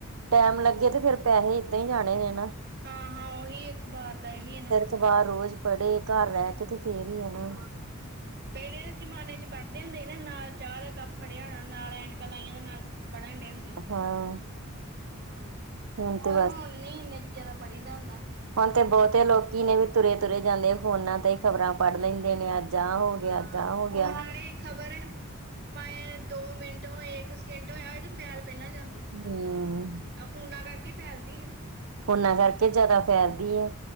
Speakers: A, on the right; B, on the right.
A: ਟੈਮ ਲੱਗੇ ਤੇ ਫੇਰ ਪੈਹੇ ਇਦਾਂ ਈ ਜਾਣੇ ਨੇ ਨਾ।
B: ਹਾਂ, ਹਾਂ ਓਹੀ ਅਖਬਾਰ ਦਾ ਏਹੀ ਏ ਨਾ।
A: ਇੱਕ ਵਾਰ ਰੋਜ ਪੜੋ, ਘਰ ਰੈ ਕੇ ਤੇ ਫੇਰ ਈ ਆਨਾ।
B: ਪੇਅਲੇ ਦੇ ਜਮਾਨੇ ਚ ਪੜਦੇ ਹੁੰਦੇ ਹੀ ਨਾ, ਨਾਲ ਚਾਹ ਦਾ ਕੱਪ ਫੜੇਆ ਹੋਣਾ ਨਾਲ ਐਕਾਂ ਲਾਈਆਂ ਦਾ ਨਾਲ਼ ਪੜਨ ਡੇਂ ਹੁੰਦੇ ਹੀ,
A: ਹਾਂ
B: ਊਂ
A: ਹੁਣ ਤੇ
B: ਪਰ ਹੋਣ ਨੀਂ <unintelligible> ਪੜੀ ਦਾ ਹੁੰਦਾ।
A: ਹੋਣ ਤਾ ਬੋਤੇ ਲੋਕੀ ਨੇ ਵੀ ਤੁਰੇ, ਤੁਰੇ ਜਾਂਦੇ ਫੋਨਾਂ ਤੇ, ਖ਼ਬਰਾਂ ਪੜ ਲੈਂਦੇ ਨੇ ਅੱਜ ਆਹ ਹੋ
B: ਹਾਂ,
A: ਗਿਆ ਅੱਜ ਆਹ ਹੋ ਗਿਆ।
B: ਓ ਨਾਲੇ਼ ਖਬਰ ਭਾਏ ਦੋ ਮਿੰਟ ਹੋਏ ਇੱਕ ਸੇਕੇਂਟ ਹੋਏਆ, ਹੋ ਤੇ ਫੈਲ਼ ਪੈਲਾ ਜਾਂ
A: ਹਮ
B: ਆ ਫੂਨਾਂ ਕਰਕੇ ਫੈਲਦੀ ਆ।
A: ਫੋਨਾਂ ਕਾਰਕੇ ਜੈਦਾ ਫੈਲਦੀ ਆ।